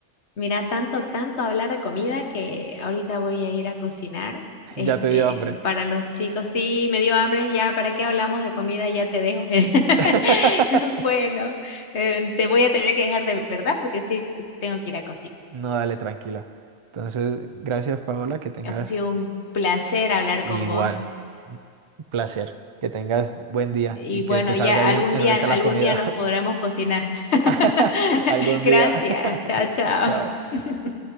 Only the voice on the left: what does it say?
Mira, tanto, tanto hablar de comida que ahorita voy a ir a cocinar.
Este,
para los chicos, sí, me dio hambre, ya, ¿para qué hablamos de comida? Ya te dejo. <laughs>
Bueno, eh, te voy a tener que dejar de verdad porque sí tengo que ir a cocinar.
Ha sido un placer hablar
con vos.
Y
bueno,
ya
algún
día,
algún
día nos podremos cocinar. <laughs>
Gracias.
Chao, chao.
<laughs>